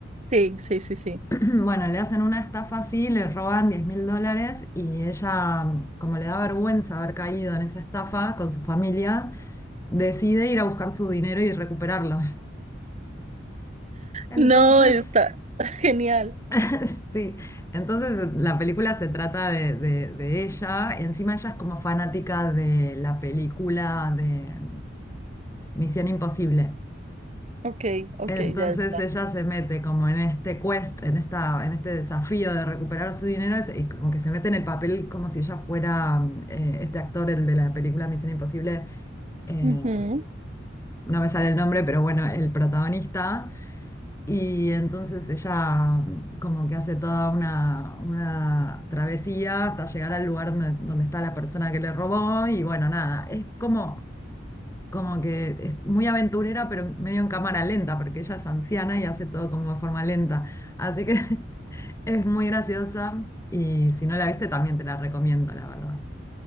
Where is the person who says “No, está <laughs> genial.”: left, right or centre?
Right